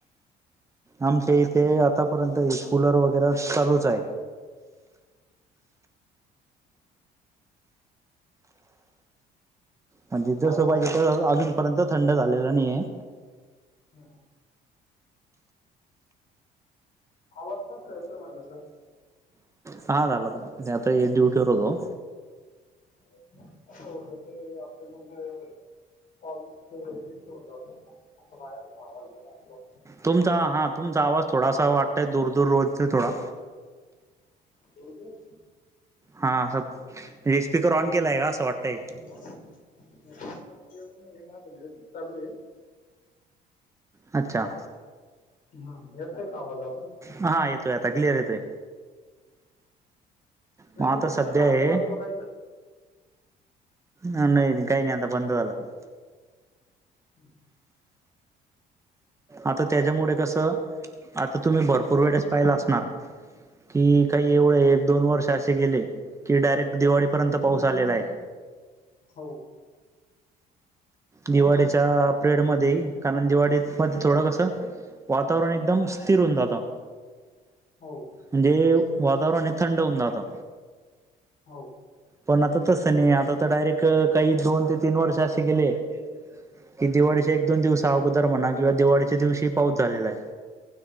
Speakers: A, on the right; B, on the left.
A: आमच्या इथे आतापर्यंत कुलर वगैरे चालूच आहे. म्हणजे जसं
B: काय वाजतय
A: पाहिजे तस
B: सर्दीला
A: अजूनपर्यंत थंड झालेला नाहीे.
B: हां हां आवाजच का असला येतोय म्हटला सर,
A: हा दादा बोला ते आता मी ड्युटीवर होतो.
B: <unintelligible> आपलं मग <inaudible>
A: तुमचा हा तुमचा आवाज थोडासा वाटतोय दूर दूर रोजते थोडा.
B: दुरदुर
A: हा असं म्हे स्पीकर ऑन केलाय का असं वाटतंय.
B: <unintelligible> ना चालू आहे,
A: अच्छा,
B: हा म येतोय का आवाज आता?
A: हा येतोय आता क्लिअर येतोय.
B: नाही
A: मग आता
B: तुमचं
A: सध्या आहे
B: आजूबाजूला काही तर
A: ना नई, नई काय नही अता बंद झालं ते.
B: हम्,
A: आता त्याच्यामुडे कसं आता तुम्ही भरपूर वेडेस पाहिला असणार. कि काही एवय एक- दोन वर्ष अशे गेले कि डायरेक्ट दिवाळीपर्यंत पाऊस आलेला आहे.
B: हो
A: दिवाळीच्या प्रेड मध्ये कारण दिवाडीत मध्ये थोडं कसं वातावरण एकदम स्थिर होऊन जातं.
B: हो,
A: म्हणजे वातावरण हे थंड होऊन जातं.
B: हो,
A: पण आता तसं नाही, आता तर डायरेक्ट काही दोन ते तीन वर्ष अशे गेले कि दिवाळीच्या एक- दोन दिवसा अगोदर म्हणा किंवा दिवाळीच्या दिवशी पाऊस झालेला आहे.